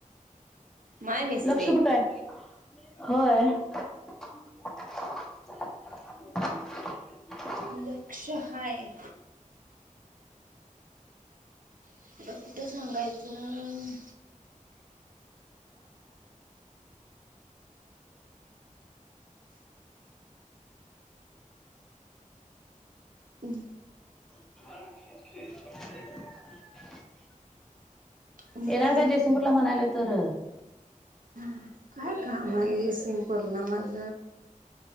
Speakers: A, on the right (about 75°); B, in the centre.
A: माय मिस्टेक
B: लंक्ष कुठं हायं होयं. <unintelligible> <unintelligible>
A: लक्ष हाय. आता कुठं सांगायचं. हं.
B: च <unintelligible>
A: बोला
B: येणार काय जयसिंगपूरला म्हणायलोय तर
A: हम्. काय काम हाय जयशिगपूरला माझ.